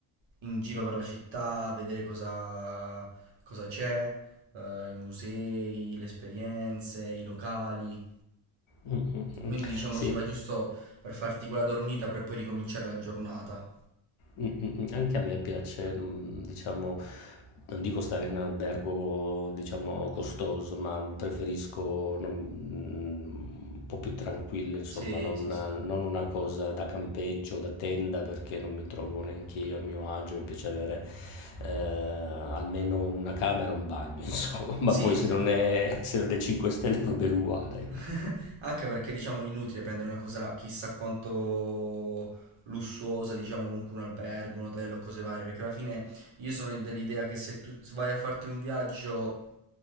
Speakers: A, on the right (about 65°); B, on the left (about 75°).
A: in giro per la città, a vedere cosa, cosa c'è, eh, i musei, le esperienze, i locali.
B: Mm, mm, mm,
A: Quindi,
B: mm.
A: diciamo,
B: Sì,
A: ci va giusto per farti quella dormita per poi ricominciare la giornata.
B: Mm, mm, mm. Anche a me piace, mm, diciamo, non dico stare in albergo, diciamo, costoso, ma preferisco non- mm, un po' più tranquillo, insomma,
A: Sì,
B: non,
A: sì, sì.
B: non una cosa da campeggio, da tenda, perché non mi trovo neanche io a mio agio, mi piace avere eh, almeno una camera e un bagno, <laughs> insomma,
A: Sì,
B: poi
A: sì,
B: se
A: sì.
B: non è, se non è 5 stelle va bene uguale, ecco.
A: <laughs> Anche perché diciamo è inutile prendere una cosa chissà quanto lussuosa, diciamo comunque un albergo, un hotel o cose varie, perché alla fine io sono dell'idea che se tu vai a farti un viaggio